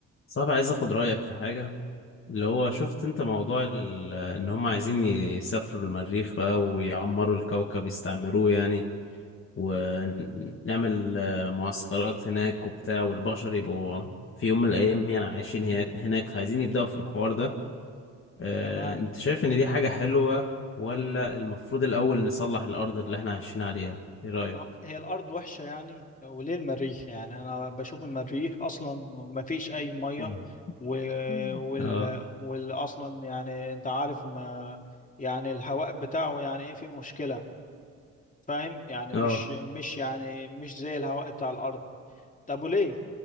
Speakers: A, on the left; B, on the left.
A: صعب عايز اخد رأيك في حاجة اللي هو شفت انت موضوع ال- ان هم عايزين يسافروا المريخ بقى ويعمروا الكوكب يستعمروه يعني ونعمل آه، معسكرات هناك وبتاع والبشر يبقوا في يوم من الايام يعني عايشين هي- هناك فعايزين يبدأوا في الحوار ده آه،
B: تمام
A: انت شايف ان دي حاجة حلوة ولا المفروض الاول نصلح الارض اللي احنا عايشين عليها ايه رأيك
B: أه، هي الأرض وحشة يعني وليه المريخ يعني أنا بشوف المريخ أصلا ما فيش أي مية
A: <laughs>
B: و... وال...
A: اه
B: وال أصلا يعني أنت عارف ما يعني الهواء بتاعه يعني إيه فيه مشكلة فاهم يعني مش
A: اه
B: مش يعني مش زي الهواء بتاع الأرض طب وليه